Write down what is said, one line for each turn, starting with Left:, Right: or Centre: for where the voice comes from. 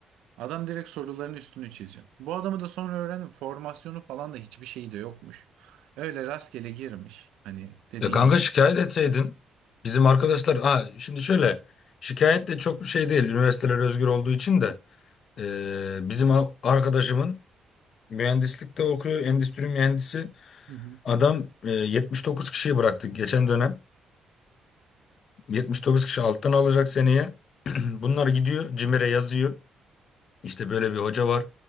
Right: Adam direkt soruların üstünü çiziyor. Bu adamı da sonra öğrendim. Formasyonu falan da hiçbir şeyi de yokmuş. Öyle rastgele girmiş. Hani dediğin
Left: Ya kanka
Right: gibi.
Left: şikayet etseydin bizim arkadaşlar ha şimdi şöyle şikayet de çok bir şey değil üniversiteler özgür olduğu için de Ee, bizim a- arkadaşımın mühendislikte okuyor endüstri mühendisi
Right: Hı hı.
Left: adam e, 79 kişiyi bıraktık geçen dönem 79 kişi alttan alacak seneye <clears throat> bunlar gidiyor CİMER'e yazıyor İşte böyle bir hoca var